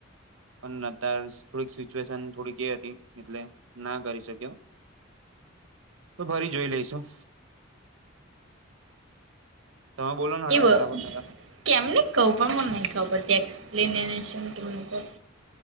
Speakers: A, on the right; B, on the right.
A: પણ નતાર થોડીક સિચ્યુએશન થોડીક એ હતી એટલે ના કરી શક્યો તો ફરી જોઈ લઈશું તમે બોલો હેડો
B: એવો
A: ફટાફટ ના
B: કેમને કેવુ પણ મને નહિ ખબર એક્સપ્લેનેશન કે એ લોકો નું